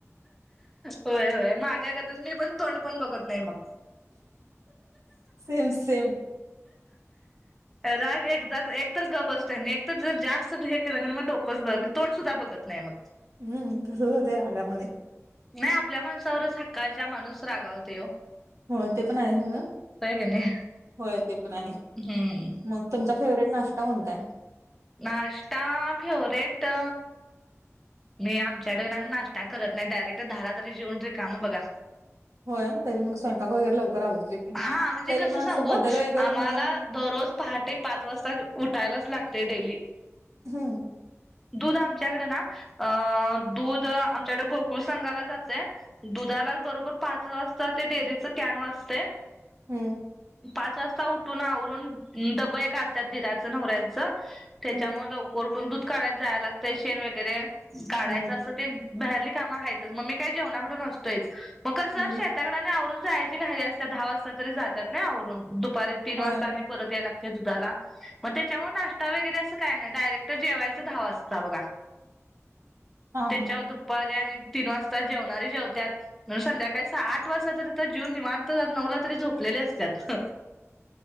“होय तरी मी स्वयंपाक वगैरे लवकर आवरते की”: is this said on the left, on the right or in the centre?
Right